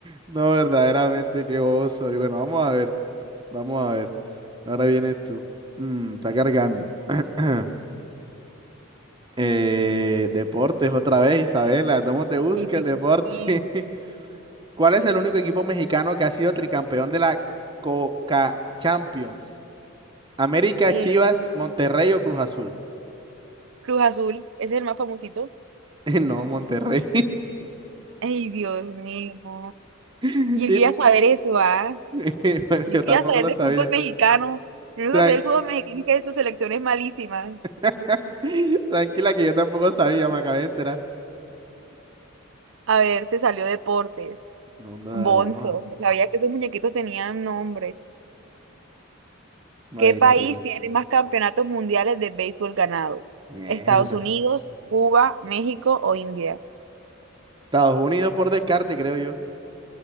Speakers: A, on the right; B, on the right.
A: No, verdaderamente, qué bobo soy. Bueno, vamos a ver. Vamos a ver. Ahora vienes tú. Mm, está cargando. <clears throat> Eh, deportes otra vez, Isabela. ¿Cómo te busca
B: Ay, Dios
A: el deporte?
B: mío.
A: <laughs> ¿Cuál es el único equipo mexicano que ha sido tricampeón de la Coca Champions? ¿América,
B: Eh,
A: Chivas, Monterrey o Cruz Azul?
B: Cruz Azul, ese es el más famosito.
A: <laughs> No, Monterrey.
B: Ay, Dios mío.
A: <laughs>
B: Yo
A: Y-
B: quería saber eso, ¿ah?
A: <laughs> bueno,
B: Yo
A: yo
B: quería
A: tampoco
B: saber
A: lo
B: de
A: sabía.
B: fútbol mexicano. Lo único
A: Tran-
B: que sé del fútbol mexicano es que su selección es malísima.
A: <laughs> Tranquila que yo tampoco sabía, me acabé de enterar.
B: A ver, te salió deportes.
A: No, no,
B: Bonzo.
A: vamos a ver.
B: Sabía que esos muñequitos tenían nombre.
A: Imagínate
B: ¿Qué país
A: tú.
B: tiene más campeonatos mundiales de béisbol ganados?
A: Mierda.
B: ¿Estados Unidos, Cuba, México o India?
A: Estados Unidos por descarte, creo yo.